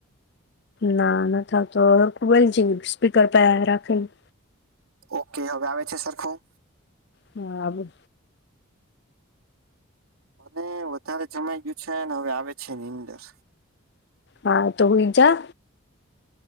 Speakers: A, on the left; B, on the right.
A: ના નથી આવતો બલ જ સ્પીકર પ રાખીને.
B: ઓકે હવે આવે છે સરખું.
A: હા બોલ.
B: મને વધારે જમાઈ ગયું છે હવે આવે છે એની અંદર.
A: હા તો હુંઈ જા.